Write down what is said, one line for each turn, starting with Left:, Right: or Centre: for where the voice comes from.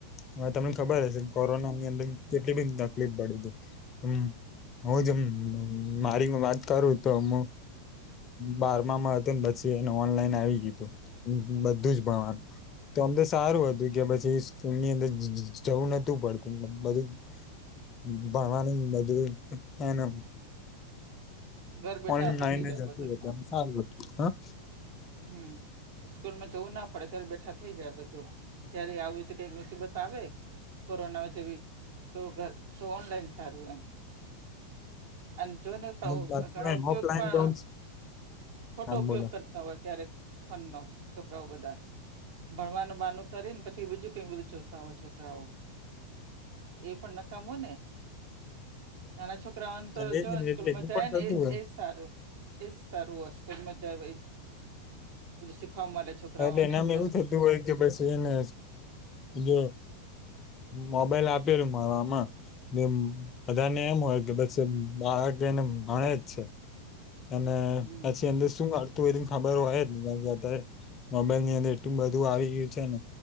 Left: હવે તમને ખબર
Right: હા
Left: હશે. કોરોના ની અંદર કેટલી બધી તકલીફ પડીતી હમમ. મું જ જેમ મારી વાત કરું તો હું બારમામાં હતું ને પછી એને ઓનલાઈન આવી ગયું તું બધું જ ભણવાનું. તો ઓમ તો સારું હતું કે પછી સ્કૂલની અંદર જવું નતું પડતું બધું ભણવાનું બધું <unintelligible>
Right: ઘર બેઠા
Left: ઓનલાઇન
Right: પતી જાય
Left: જ
Right: બધું
Left: હતું.
Right: હા
Left: એમ સારું હતું. હા,
Right: હમ. સ્કૂલમાં જવું ના પડે ઘરે બેઠા થઈ જાય બધું. જયારે આવી તો કઈક મુસીબત આવે. કોરોના જેવી તો ઘર તો ઓનલાઈન સારું. એમ, અને જોને પણ
Left: અને પાછું
Right: ઘણા
Left: એમ
Right: ઉપયોગ
Left: ઓફલાઈન
Right: પણ
Left: તો આમ
Right: ખોટો
Left: આમ
Right: ઉપયોગ
Left: બોલો
Right: કરતા હોય. ક્યારેક ફોનનો છોકરાઓ બધા. ભણવાનું બહાનું કરી ને પછી બીજું કંઈક બધું જોતા હોય. છોકરાઓ, એ પણ નકામું ને નાના છોકરા. તો
Left: હા, એજ
Right: જોને
Left: ને
Right: સ્કૂલમાં
Left: એટલે એવું
Right: જાય
Left: પણ
Right: ને
Left: થતું
Right: એ
Left: હોય
Right: જ સારું. એ સારું હો! સ્કૂલ જાય એ. બધું શીખવા મળે છોકરાઓને
Left: એટલે એનામાં
Right: દોસ્ત.
Left: એવું થતું હોય કે બેસી એને જો મોબાઈલ આપેલું ભણવામાં. એ બધા ને એમ હોય કે બસ બાળક એને ભણે જ છે. અને
Right: હમ.
Left: પછી અંદર શું આવતું હોય? ને ખબર હોય જ નય અત્યારે. મોબાઈલ ની અંદર એટલું બધું આવી ગયું છે ને